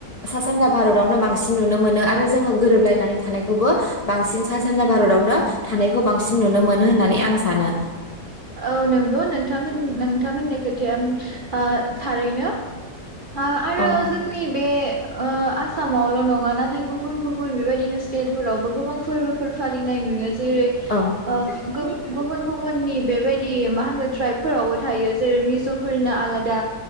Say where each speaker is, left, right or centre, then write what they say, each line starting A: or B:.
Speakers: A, on the left; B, on the right.
A: सा सानजा भारतावनो बांसिन नुनो मोनो आरो जोङो गोरोबलायनानै थानायखौबो बांसिन सा सानजा भारतावनो थानायखौ बांसिन नुनो मोनो होननानै आं सानो
B: औ नंगौ नोंथां होन नोंथां होननाय खोथाया ओ थारैनो आह आरो
A: औ
B: जोंनि बे ओ आसामावल नङा नाथाय गुबुन गुबुन बेबायदिनो स्टेटफोरावबो गोबां फोरबोफोर फालिनाय नुयो जेरै
A: औ
B: ओ गोब गुबुन गुबुननि बेबायदि मा होनगोन ट्राइबफोरावबो थायो जेरै मिज'फोरना आलादा